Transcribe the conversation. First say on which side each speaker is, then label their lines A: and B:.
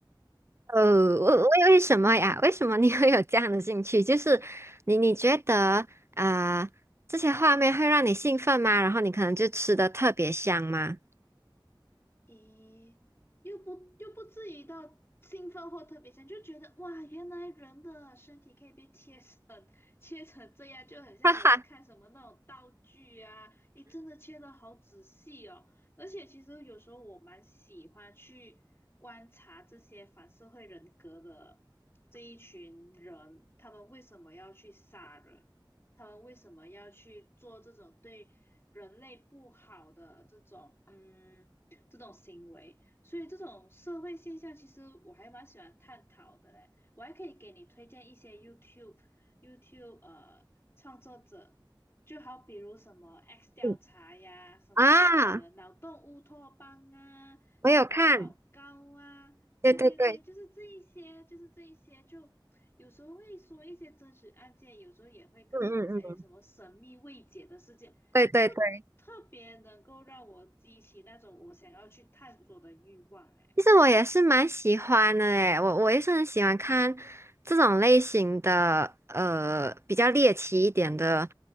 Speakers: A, on the right; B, on the left.
A: 呃，为为为什么呀？
B: 嗯
A: 为什么你 <laughs> 会有这样的兴趣？就是你你觉得啊、呃这些画面会让你兴奋吗？然后你可能就吃的特别香吗？
B: 咦，又不又不至于到兴奋或特别强，就觉得哇，原来人的身体可以被切成 <laughs> 切成这样，就很像我们看什么那种道具啊，
A: <laughs> 哈哈，
B: 诶，真的切的好仔细哦。而且其实有时候我蛮喜欢去观察这些反社会人格的这一群人，他们为什么要去杀人？他们为什么要去做这种对人类不好的这种嗯？这种行为。所以这种社会现象，其实我还蛮喜欢探讨的嘞。我还可以给你推荐一些 YouTube YouTube 呃创作者，就好比如什么 X 调查呀，
A: 嗯
B: 什么呃脑洞乌托邦啊，
A: 啊，我有看，
B: 什么老高啊，
A: 对对对，
B: 对对对，就是这一些，就是这一些，就有时候会说一些真实案件，有时候也会跟你分享一些什么神秘未解的事件，
A: 嗯嗯嗯，对对对。
B: 就特别能够让我激起那种我想要去探索的欲望哎。
A: 其实我也是蛮喜欢的诶，我我也是很喜欢看这种类型的，呃，比较猎奇一点的